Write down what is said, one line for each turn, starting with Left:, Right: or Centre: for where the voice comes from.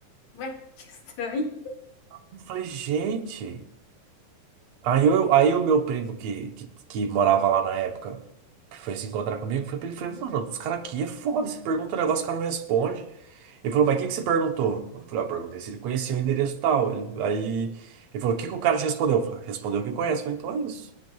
Left: ué, <laughs> que estranho.
Right: Eu falei, gente. Aí, eu, aí o meu primo que, que, que morava lá na época, que foi se encontrar comigo, foi pra ele, falei, mano, os caras aqui é foda, você pergunta um negócio, o cara não responde. Ele falou, mas o que que você perguntou? Eu falei, ah, perguntei se ele conhecia o endereço tal. Ele- aí ele falou, o que que o cara te respondeu? Eu falei, respondeu que conhece. Eu falei, então é isso.